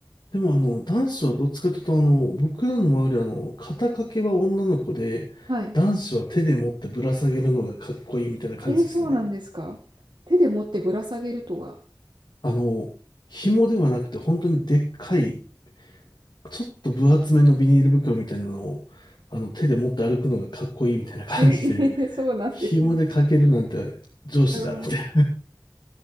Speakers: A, on the left; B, on the right.
A: でもあの、男子はどっちかというとあの、僕らの周りはあの、肩掛けは女の子で、
B: はい。
A: 男子は手で持ってぶら下げるのがかっこいいみたいな感じでしたね。
B: えーそうなんですか。手で持ってぶら下げるとは。
A: あの、紐ではなくて本当にでっかい、ちょっと分厚めのビニール袋みたいなのを、あの、手で持って歩くのがかっこいいみたいな感じで、
B: えー <laughs> そうなんですね。
A: 紐で掛けるなんて上司だ、
B: うん
A: みたい